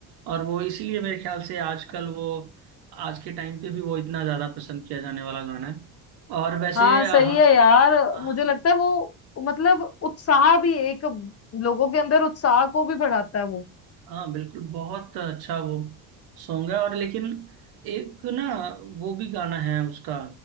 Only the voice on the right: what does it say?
और वो इसीलिए मेरे ख्याल से आजकल वो आज के टाइम पे भी वो इतना ज्यादा पसंद किया जाने वाला गाना है और वैसे
हाँ हाँ
अ,
हाँ, बिल्कुल बहुत अच्छा वो सॉन्ग है और लेकिन एक ना वो भी गाना है उसका